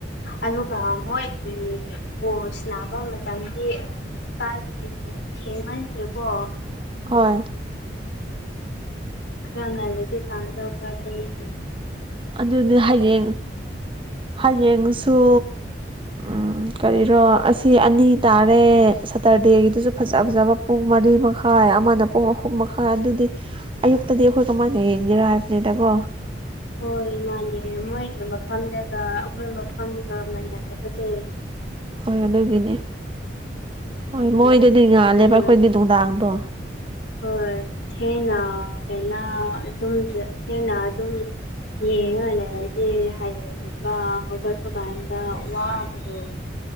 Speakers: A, on the left (about 70°); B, on the right (about 30°).
A: ꯑꯗꯨꯒ ꯃꯣꯏꯒꯤ ꯕꯣꯁ ꯅꯥꯕ ꯃꯇꯝꯒꯤ ꯔꯔꯤ ꯊꯦꯡꯃꯦꯟ ꯂꯩꯦꯕꯣ
B: ꯍꯣꯏ
A: ꯆꯈ꯭ꯔ ꯉ ꯂꯩꯗꯤ ꯐꯥꯗ꯭ꯔꯕꯥꯗꯇꯦ
B: ꯑꯗꯨꯗꯤ ꯍꯌꯦꯡ ꯍꯌꯦꯡꯁꯨ ꯎꯝ ꯀꯔꯤꯔꯣ ꯑꯁꯤ ꯑꯅꯤ ꯇꯥꯔꯦ ꯁꯇꯔꯗꯦꯒꯤꯗꯨꯁꯨ ꯐꯖ ꯐꯖꯕ ꯄꯨꯡ ꯃꯔꯤꯃꯛ ꯃꯈꯥꯏ ꯑꯃꯅ ꯄꯨꯡ ꯑꯍꯨꯝ ꯃꯈꯥꯏ ꯑꯗꯨꯗꯤ ꯑꯌꯨꯛꯇꯗꯤ ꯑꯩꯈꯣꯏ ꯀꯃꯥꯏꯅ ꯌꯦꯡꯒꯦꯔꯥ ꯍꯥꯏꯕꯅꯤꯗꯀꯣ
A: ꯍꯣꯏ ꯃꯥꯅꯦ ꯃꯣꯏꯒ ꯃꯐꯝꯗꯒ ꯑꯩꯈꯣꯏ ꯃꯐꯝꯒ ꯃꯅꯗꯕꯁꯦ
B: ꯍꯣꯏ ꯑꯗꯨꯗ ꯑꯣꯏꯕꯤꯅꯦ ꯍꯣꯏ
A: ꯑꯗꯨ
B: ꯃꯣꯏꯗꯗꯤ ꯉꯥꯜꯂꯦꯕ
A: ꯎꯝ
B: ꯑꯩꯈꯣꯏꯗꯤ ꯅꯨꯡꯗꯥꯡꯗꯣ
A: ꯍꯣꯏ ꯊꯦꯡꯅꯩꯅ ꯑꯗꯨꯝ ꯊꯦꯡꯅ ꯑꯗꯨꯝ ꯌꯦꯡꯜꯂꯔꯗꯤꯦ ꯍꯌꯦꯡꯒꯨꯝꯕ ꯍꯧꯒꯠꯄ ꯀꯥꯟꯗ ꯋꯥꯕꯗꯣ